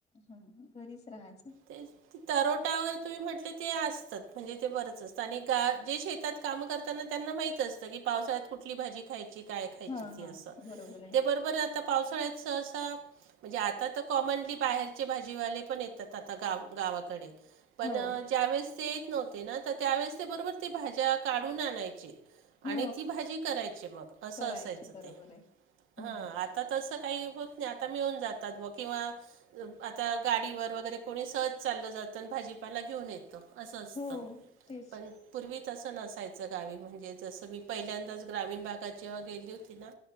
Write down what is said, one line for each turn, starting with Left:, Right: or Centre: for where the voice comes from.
Left: हा घरीच राहायचं
Right: ते ती तरोटा वगैरे तुम्ही म्हटले ते असतात म्हणजे ते बरंच असतं आणि गा जे शेतात काम करताना त्यांना माहित असतं की पावसा्यात कुठली भाजी खायची काय खायरोबर
Left: हा हा बरोबर आहे
Right: आ पावसाळ्यात ससा म्हणजे आता तर कॉमनली बाहेरचे भाजीवाले पण येत आ गा गावाकडे पण
Left: हो
Right: ज्यावेेळेस ते येत नव्हते ना तर त्यावेेळेस ते बरोबर ते भाज्या काढून आणायचे
Left: ह
Right: आणि ती भाजी करायची मग असं
Left: करायचे
Right: असायचं
Left: बरोबर
Right: ते
Left: आहे
Right: ह
Left: हम्म
Right: आता आता तसं काही होत नाही आता मिळून जातात व किंवा आता गाडीवर वगैरे कोणी सहज चाललं जातं भाजीपाला घेऊन येतं असं असतं
Left: हो तेच
Right: पण पूर्वी तसं नसायचं गावी म्हणजे जसं मी पहिल्यांदाच ग्रामीण भागात जेव्हा गेली होती ना